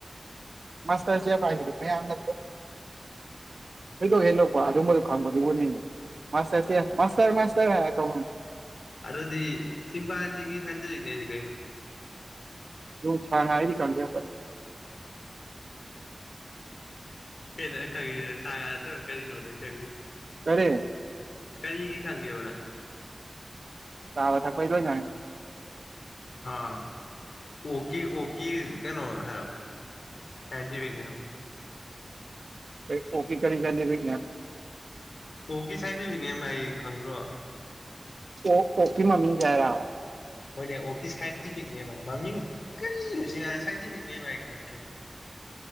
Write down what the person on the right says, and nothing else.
ꯃꯥꯁꯔꯖꯦꯞ ꯍꯥꯏ ꯍꯗꯣꯛ ꯍꯂꯀꯣ ꯑꯗꯨꯝꯕ ꯈꯪꯝꯕꯗꯤꯕꯨꯅꯤꯁꯇꯔꯁꯔ ꯃꯥꯁꯔ ꯀ
ꯍ ꯁꯥꯡ ꯍꯥꯏꯗꯤ ꯀꯒꯦꯄꯔ
ꯐꯔꯦ
ꯊ ꯄꯩꯗ ꯌꯥ
ꯐ ꯑꯣꯀꯤ ꯀꯔꯤ ꯂꯗ ꯐ
ꯑꯣ ꯑꯣꯄꯤ ꯃꯃꯤ ꯀꯔ